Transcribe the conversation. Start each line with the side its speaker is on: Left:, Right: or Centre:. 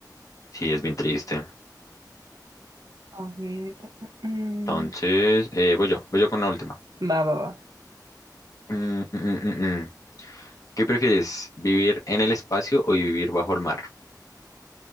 Left: Sí, es bien triste.
Right: A ver, mm,
Left: Entonces, eh, voy yo, voy yo con la última.
Right: va, va, va.
Left: Mm, mm, mm, mm, mm. ¿Qué prefieres, vivir en el espacio o vivir bajo el mar?